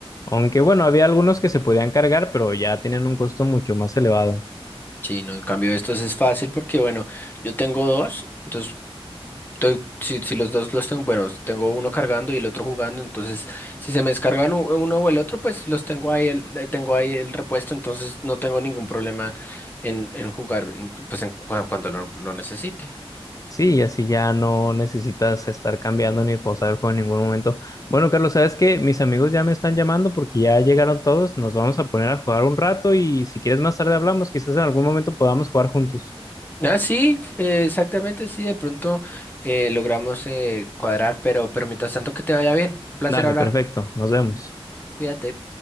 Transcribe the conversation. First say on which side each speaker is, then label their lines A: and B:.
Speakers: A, on the left (about 35°); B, on the left (about 20°).
A: aunque bueno, había algunos que se podían cargar, pero ya tenían un costo mucho más elevado.
B: Sí, no, en cambio estos es fácil porque, bueno, yo tengo dos, entonces estoy- si, si los dos los tengo, bueno, tengo uno cargando y el otro jugando, entonces si se me descargan u- uno o el otro, pues los tengo ahí, el, eh, tengo ahí el repuesto, entonces no tengo ningún problema en, en jugar, en- pues en cua- cuando lo, lo necesite.
A: Sí, y así ya no necesitas estar cambiando ni pausar el juego en ningún momento. Bueno, Carlos, sabes que mis amigos ya me están llamando porque ya llegaron todos, nos vamos a poner a jugar un rato y si quieres más tarde hablamos, quizás en algún momento podamos jugar juntos.
B: Ah, sí, eh, exactamente, sí, de pronto eh, logramos eh, cuadrar, pero, pero mientras tanto que te vaya bien, un placer
A: Dale,
B: hablar,
A: perfecto, nos vemos.
B: cuídate.